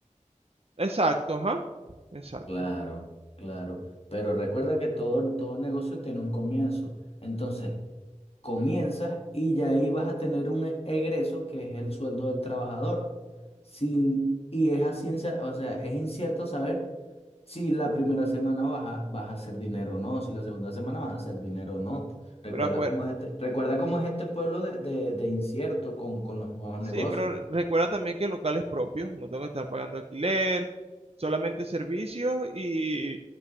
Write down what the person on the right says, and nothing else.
exacto, ajá, exacto.
Pero acuer-
sí,
pero recuerda también que locales propios, no tengo que estar pagando alquiler, solamente servicios y,